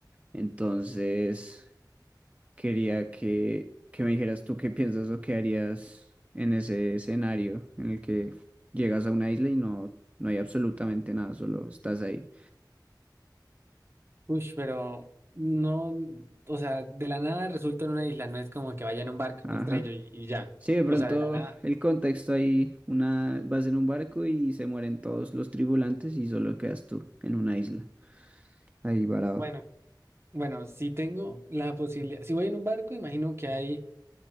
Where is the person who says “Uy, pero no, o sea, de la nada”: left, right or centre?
Right